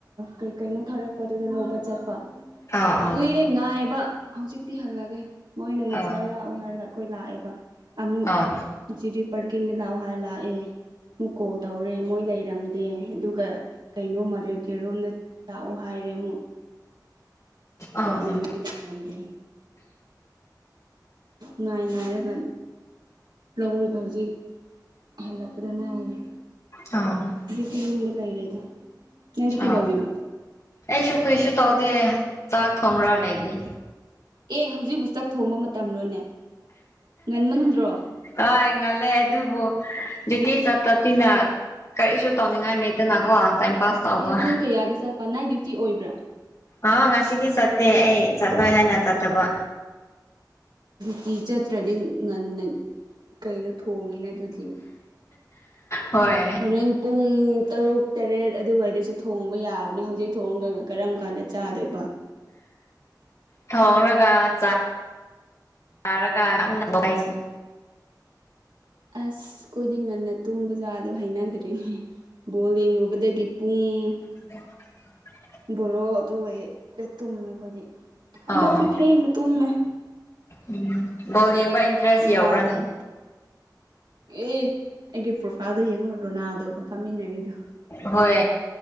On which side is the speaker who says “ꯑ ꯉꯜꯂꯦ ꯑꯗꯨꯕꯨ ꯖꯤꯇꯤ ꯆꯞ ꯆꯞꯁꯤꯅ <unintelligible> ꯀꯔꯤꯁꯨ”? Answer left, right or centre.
Left